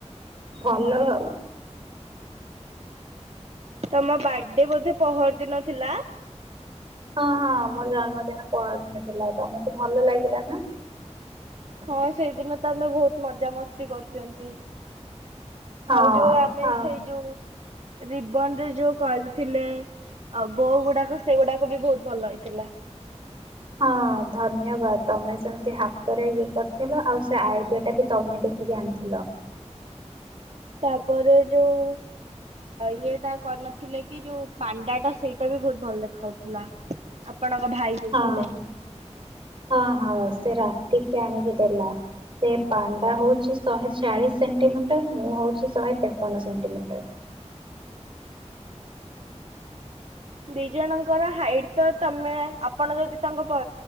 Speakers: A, on the right; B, on the right.
A: ଭଲ ଆଉ
B: ତମ ବାର୍ଥଡେ ବୋଧେ ପହରଦିନଥିଲା।
A: ହଁ ହଁ ମୋ ଜନ୍ମଦିନ ପହରଦିନ ଥିଲା ତମକୁ ଭଲ ଲାଗିଲା ନା।
B: ହଁ ସେଇଦିନ ତ ଆମେ ବହୁତ ମଜା ମସ୍ତି କରୁଛନ୍ତି।
A: ହଁ
B: ଆଉ ଯୋଉ ଆମେ
A: ହଁ।
B: ସେଇ ଯୋଉ ରିବନ ରେ ଯୋଉ କରିଥିଲେ ବୋ ଗୁଡାକ ସେଗୁଡାକ ବି ବହୁତ ଭଲ ହେଇଥିଲା।
A: ହଁ ଧନ୍ୟବାଦ ତମେ ସେମତି ହାତରେ ଇଏ କରିଥିଲ ଆଉ ସେ ଆଇଡିଆ ଟା ବି ତମେ ଦେଖିକି ଆଣିଥିଲ।
B: ତାପରେ ଯୋଉ ଇଏଟା କରିନଥିଲେ କି ଯୋଉ ପାଣ୍ଡା ଟା ସେଇଟା ବି ବହୁତ ଭଲ ଦେଖାଉଥିଲା। ଆପଣଙ୍କ ଭାଇ ଦେଇଥିଲେ।
A: ହଁ ହଁ ହଁ ସେ ରାତିକି ଆଣିକି ଦେଲା ସେ ପାଣ୍ଡା ହଉଛି ଶହେ ଚାଳିଶ ସେଣ୍ଟିମିଟର ମୁଁ ହଉଛି ଶହେ ତେପନ ସେଣ୍ଟିମିଟର।
B: ଦି ଜଣଙ୍କର ହାଇଟ ତ ତମେ ଆପଣ ଯଦି ତାଙ୍କ